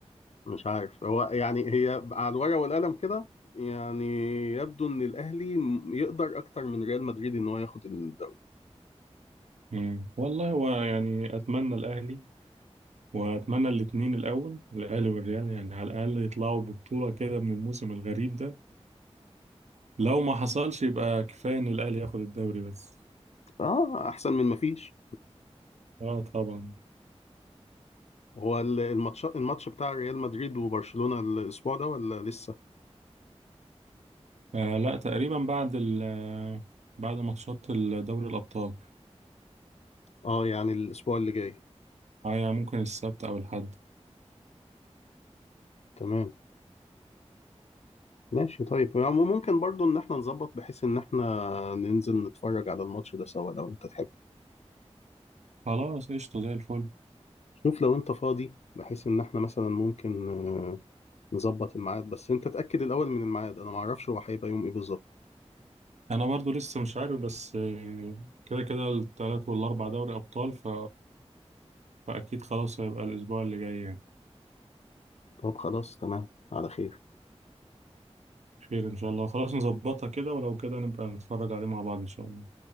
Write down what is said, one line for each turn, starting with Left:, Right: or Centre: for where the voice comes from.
Left: مش عارف هو يعني هي على الورقة والقلم كده يعني يبدو ان الاهلي م- يقدر اكتر من ريال مدريد ان هو ياخد الدوري
Right: مم. والله هو يعني اتمنى الاهلي واتمنى الاثنين الاول الاهلي والريال يعني على الاقل يطلعوا ببطوله كده من الموسم الغريب ده لو ما حصلش يبقى كفايه ان الاهلي ياخد الدوري بس
Left: اه احسن من ما فيش
Right: اه طبعا
Left: هو ال- الماتش الماتش بتاع ريال مدريد وبرشلونة الاسبوع ده ولا لسه
Right: آه لا تقريبا بعد ال آه، بعد ماتشات ال- دوري الابطال
Left: اه يعني الاسبوع اللي جاي
Right: اه يعني ممكن السبت او الاحد
Left: تمام ماشي طيب يعني ممكن برضو ان احنا نظبط بحيث ان احنا ننزل نتفرج على الماتش ده سوا لو انت تحب
Right: خلاص قشطه زي الفل
Left: شوف لو انت فاضي بحيث ان احنا مثلا ممكن آه، نظبط الميعاد بس انت تأكد الاول من الميعاد انا معرفش هو هيبقى يوم ايه بالظبط
Right: انا برضو لسه مش عارف بس آه، كده كده الثلاث والاربع دوري ابطال ف... فاكيد خلاص هيبقى الاسبوع اللي جاي يعني
Left: طب خلاص تمام على خير
Right: خير ان شاء الله خلاص نظبطها كده ولو كده نبقى نتفرج عليه مع بعض ان شاء الله